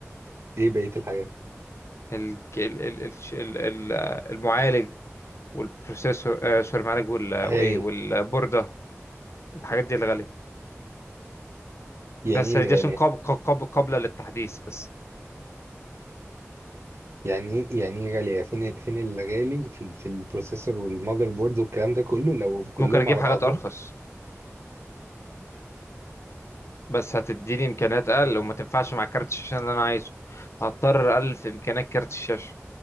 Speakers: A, on the right; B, on the left.
A: ايه بقية الحاجات؟
B: ال... ال... ال... ال... ال... ال- المعالج والبروسيسور آه سوري المعالج وال...
A: هاي
B: وايه والبورده الحاجات دي الغاليه
A: يعني
B: بس
A: ايه اللي
B: دي عشان
A: غالية
B: قاب... قاب... قاب- قابلة للتحديث بس
A: يعني ايه يعني ايه غالية فين ال- فين اللي غالي في ال- في البروسيسور والمذر بورد والكلام ده كله لو كلهم
B: ممكن اجيب
A: على
B: حاجات
A: بعضهم
B: ارخص بس هتديني امكانيات اقل وما تنفعش مع كارت الشاشة اللي انا عايزه هضطر الف امكانيات كارت الشاشة